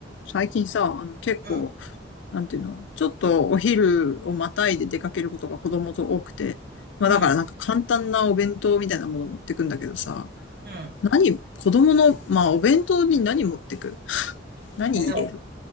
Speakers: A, on the left; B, on the right.
A: 最近さ、あの結構、
B: うん、
A: なんていうの、ちょっとお昼をまたいで出かけることが子供と多くて、まあだからなんか簡単なお弁当みたいなもの持ってくんだけどさ、
B: うん、うん。
A: 何、子供の、まあお弁当に何持ってく何入れる
B: えお、